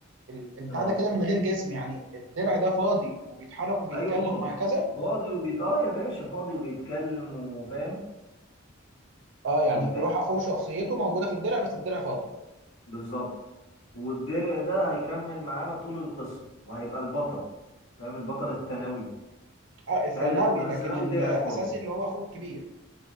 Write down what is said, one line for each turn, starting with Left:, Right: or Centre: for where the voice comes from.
Right: ال- البتاع
Left: اه
Right: ده كده من غير جسم يعني الدرع ده فاضي وبيتحرك وبيتكلم
Left: ايوه فاضي
Right: وهكذا
Left: فاضي وبيت اه يا باشا فاضي وبيتكلم وفاهم
Right: اه يعني
Left: والدنيا
Right: روح اخوه شخصيته موجوده في الدرع بس الدرع فاضي
Left: بالظبط والدرع ده هيكمل معانا طول القصة وهيبقى البطل فاهم البطل الثانوي
Right: اه الثانوي
Left: تخيل البطل
Right: لكن
Left: الثانوي درع
Right: الاساسي
Left: فاضي
Right: اللي هو اخوه الكبير